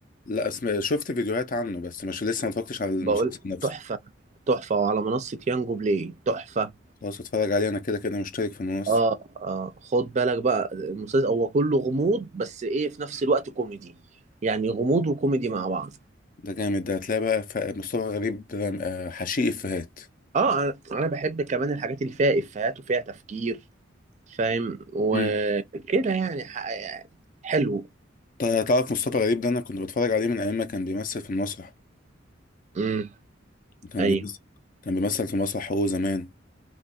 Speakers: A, on the left; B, on the right.
A: لا اسم... شفت فيديوهات عنه بس مش لسه ما اتفرجتش على المسلسل
B: بقول
A: نفسه
B: تحفة تحفة وعلى منصة يانجو بلاي تحفة
A: خلاص اتفرج عليه انا كده كده مشترك في المنصة
B: اه اه خد بالك بقى المسلسل هو كله غموض بس ايه في نفس الوقت كوميدي يعني غموض وكوميدي مع بعض
A: ده جامد ده هتلاقي بقى ف- مصطفى غريب رم- آه، حشيق افيهات
B: اه انا أنا بحب كمان الحاجات اللي فيها افيهات وفيها تفكير فاهم وكده
A: مم.
B: يعني, ح- يعني حلو
A: طيب تعرف مصطفى غريب ده انا كنت بتفرج عليه من ايام ما كان بيمثل في المسرح
B: امم
A: كان
B: ايوه
A: بيمثل كان بيمثل في مسرح هو زمان